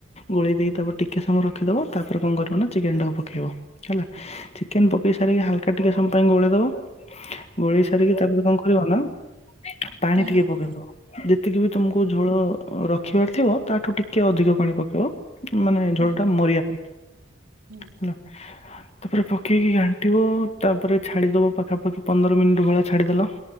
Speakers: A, on the left; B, on the right.
A: ଗୋଳେଇ ଦେଇକି ତାପରେ ଟିକେ ସମୟରେ ରଖିଦବ ତାପରେ କଣ କରିବ ନା ଚିକେନ ଟାକୁ ପକେଇବ ହେଲା ଚିକେନ ପକେଇ ସାରିକି ହାଲକା ଟିକେ ସମ ପାଇଁ ଗୋଳେଇ ଦବ ଗୋଳେଇ ସାରିକି ତାପରେ କଣ କରିବ ନା ପାଣି
B: ହୁଁ
A: ଟିକେ ପକେଇଦବ। ଯେତିକି ବି ତୁମକୁ ଝୋଳ ରଖିବାର ଥିବ ତାଠୁ ଟିକେ ଅଧିକ ପାଣି ପକେଇବ ମାନେ ଝୋଳ
B: ହୁଁ
A: ଟା ମରିବା ପାଇଁ
B: ହୁଁ!
A: ହେଲା ତାପରେ ପକେଇକି ଘାଣ୍ଟିବ ତାପରେ ଛାଡିଦବ ପାଖାପାଖି ପନ୍ଦର ମିନିଟ ଭଳିଆ ଛାଡିଦେଲ